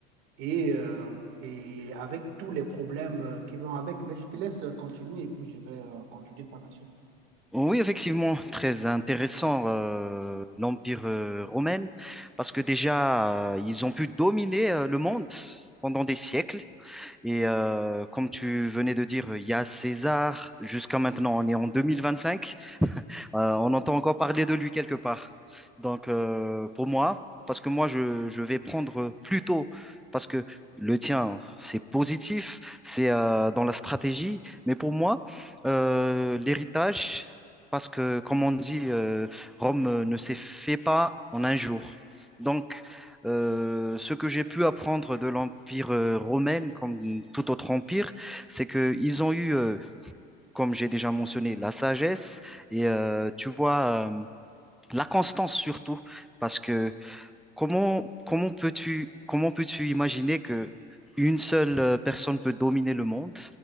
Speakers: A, on the right (about 60°); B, in the centre.
A: et, euh, et avec tous les problèmes euh, qui vont avec. Mais je te laisse euh, continuer et puis je vais euh, continuer par la suite.
B: Oui, effectivement, très intéressant euh, l'Empire euh, romain, parce que déjà, euh, ils ont pu dominer euh, le monde pendant des siècles. Et euh, comme tu venais de dire, il y a César, jusqu'à maintenant, on est en 2025. Euh, on entend encore parler de lui quelque part. Donc, euh, pour moi, parce que moi, je, je vais prendre plutôt, parce que le tien, c'est positif, c'est euh, dans la stratégie, mais pour moi, euh, l'héritage, parce que, comme on dit, euh, Rome ne s'est fait pas en un jour. Donc, euh, ce que j'ai pu apprendre de l'Empire euh, romain, comme tout autre empire, c'est qu'ils ont eu euh, comme j'ai déjà mentionné, la sagesse et euh, tu vois, euh, la constance surtout. Parce que comment, comment peux-tu, comment peux-tu imaginer que une seule euh, personne peut dominer le monde